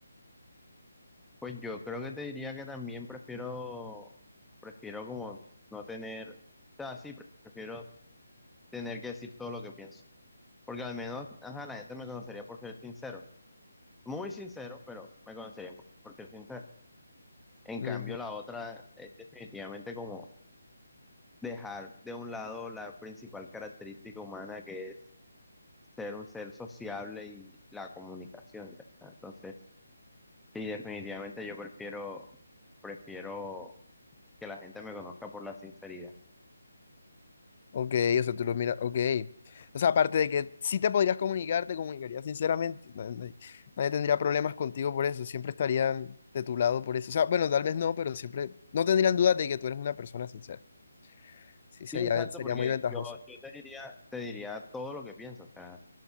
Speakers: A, in the centre; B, on the left.
A: Pues yo creo que te diría que también prefiero, prefiero como no tener, o sea, sí, pre- prefiero tener que decir todo lo que pienso. Porque al menos, ajá, la gente me conocería por ser sincero. Muy sincero, pero me conocerían por ser sincero. En
B: Ujú.
A: cambio, la otra es definitivamente como dejar de un lado la principal característica humana que es ser un ser sociable y la comunicación, ya está. Entonces, sí, definitivamente yo prefiero, prefiero que la gente me conozca por la sinceridad.
B: Ok, o sea, tú lo miras, ok. O sea, aparte de que si te podrías comunicar, te comunicarías sinceramente. na- Nadie, nadie tendría problemas contigo por eso, siempre estarían de tu lado por eso. O sea, bueno, tal vez no, pero siempre, no tendrían dudas de que tú eres una persona sincera. Sí, sería,
A: Sí, exacto,
B: sería
A: porque
B: muy ventajoso.
A: yo, yo te diría, te diría todo lo que pienso, o sea,